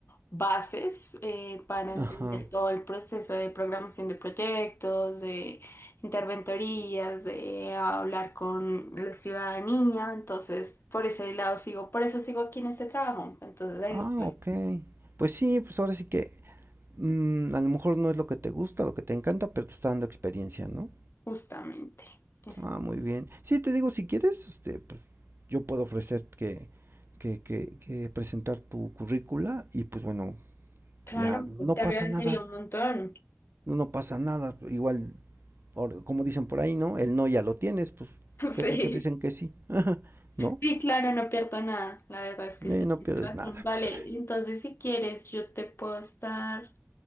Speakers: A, on the left; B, on the right.
A: bases eh, para entender
B: ajá.
A: todo el proceso de programación de proyectos, de interventorías, de hablar con la ciudadanía. Entonces, por ese lado sigo, por eso sigo aquí en este trabajo. Entonces, ahí
B: Ah,
A: estoy,
B: ok. Pues sí, pues ahora sí que mm, a lo mejor no es lo que te gusta, lo que te encanta, pero te está dando experiencia, ¿no?
A: justamente. Es-
B: Ah, muy bien. Sí, te digo, si quieres, este, pues yo puedo ofrecer que, que, que, que presentar tu currícula y pues bueno,
A: claro,
B: ya no
A: te
B: pasa
A: agradecería
B: nada,
A: un montón. <laughs>
B: no, no pasa nada. Igual Por- como dicen por ahí, ¿no? El no ya lo tienes, pues, ¿qué
A: Sí.
B: tal que te dicen que sí? <laughs> ¿No?
A: Sí, claro, no pierdo nada. La verdad es que
B: Eh,
A: sí,
B: no
A: tienes
B: pierdes
A: razón.
B: nada,
A: Vale,
B: pues, ah,
A: entonces si quieres, yo te puedo estar